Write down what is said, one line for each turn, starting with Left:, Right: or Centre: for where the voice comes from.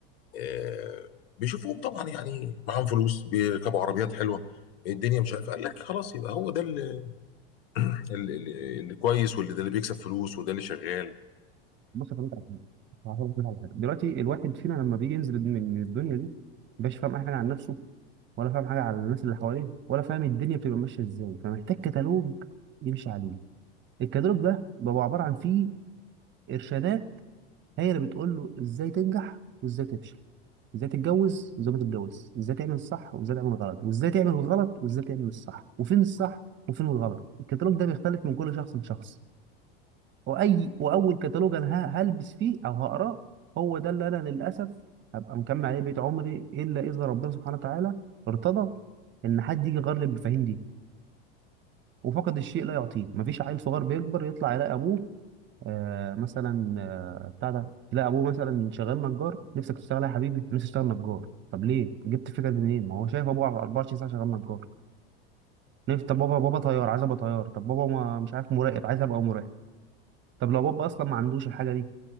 Left: آه، بيشوفوهم طبعا يعني معاهم فلوس بيركبوا عربيات حلوه الدنيا مش عارف قال لك خلاص يبقى هو ده اللي, اللي, اللي كويس واللي ده اللي بيكسب فلوس وده اللي شغال
Right: بص أفهمك على حاجة هفهمك على حاجة دلوقتي الواحد فينا لما بيجي ينزل من من الدنيا دي مبقاش فاهم أي حاجة عن نفسه ولا فاهم حاجه على الناس اللي حواليه ولا فاهم الدنيا بتبقى ماشيه ازاي فمحتاج كتالوج يمشي عليه الكتالوج ده بيبقى عباره عن فيه ارشادات هي اللي بتقول له ازاي تنجح وازاي تفشل ازاي تتجوز وازاي ما تتجوز ازاي تعمل الصح وازاي تعمل الغلط وازاي تعمل الغلط وازاي تعمل الصح وفين الصح وفين الغلط الكتالوج ده بيختلف من كل شخص لشخص واي واول كتالوج انا ه- هلبس فيه او هقراه هو ده اللي انا للاسف هبقى مكمل عليه بقيت عمري الا اذا ربنا سبحانه وتعالى ارتضى ان حد يجي يغير لي المفاهيم دي وفقد الشيء لا يعطيه مفيش عيل صغير بيكبر يطلع يلاقي ابوه آه مثلا آه بتاع ده يلاقي ابوه مثلا شغال نجار نفسك تشتغل إيه يا حبيبي نفسي اشتغل نجار طب ليه جبت الفكره دي منين ما هو شايف ابوه على 24 ساعه شغال نجار نفسي طب بابا بابا طيار عايز ابقى طيار طب بابا ما مش عارف مراقب عايز ابقى مراقب طب لو بابا اصلا ما عندوش الحاجه دي